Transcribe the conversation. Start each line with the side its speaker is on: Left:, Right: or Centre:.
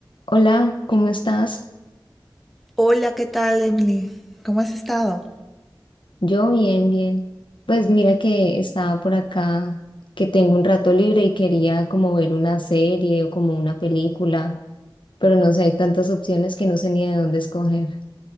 Left: Hola, ¿cómo estás?
Centre: Hola, ¿qué tal, Emily? ¿Cómo has estado?
Left: Yo bien, bien. Pues mira que estaba por acá, que tengo un rato libre y quería como ver una serie o como una película, pero no sé, hay tantas opciones que no sé ni de dónde escoger.